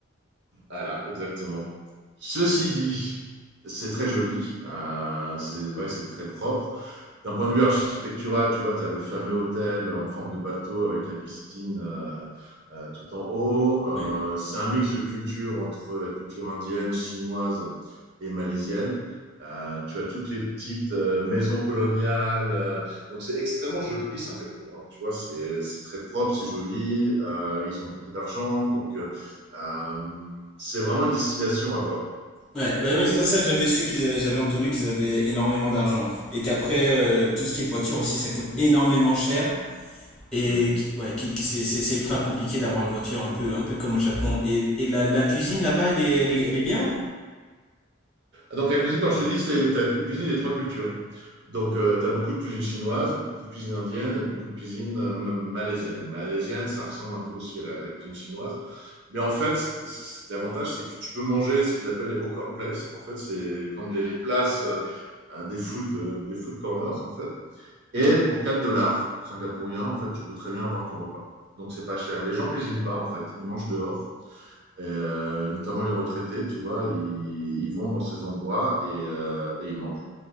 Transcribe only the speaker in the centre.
Ouais,
ouais,
ouais, ouais, ça, ça j'avais su qu'ils avaient, j'avais entendu qu'ils avaient énormément d'argent. Et qu'après, euh, tout ce qui est voiture aussi, ça coûte énormément cher. Et
qui- ouais, qui- qui- c'est c'est- c'est ultra compliqué d'avoir une voiture un peu, un peu comme au Japon. Et, et la, la cuisine là-bas, elle est, elle est, elle est bien?